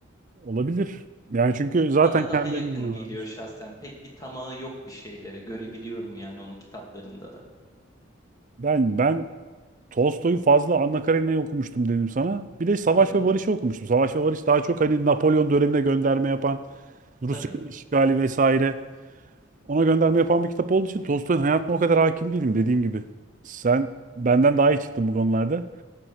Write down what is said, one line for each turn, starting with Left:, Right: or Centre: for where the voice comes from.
Right: olabilir. Yani çünkü zaten
Left: Bana
Right: kendilerinin
Left: daha yakın
Right: ne
Left: geliyor
Right: varmış.
Left: şahsen. Pek bir tamahı yok bir şeylere. Görebiliyorum yani onu kitaplarında da.
Right: Ben ben Tolstoy'u fazla Anna Karenina'yı okumuştum dedim sana. Bir de Savaş
Left: Hı hı,
Right: ve Barış'ı okumuştum. Savaş ve Barış daha çok hani Napolyon dönemine gönderme yapan, Rusya'nın
Left: tabii.
Right: işgali vesaire. Ona gönderme yapan bir kitap olduğu için Tolstoy'un hayatına o kadar hakim değilim dediğim gibi. Sen benden daha iyi çıktın bu konularda. <laughs>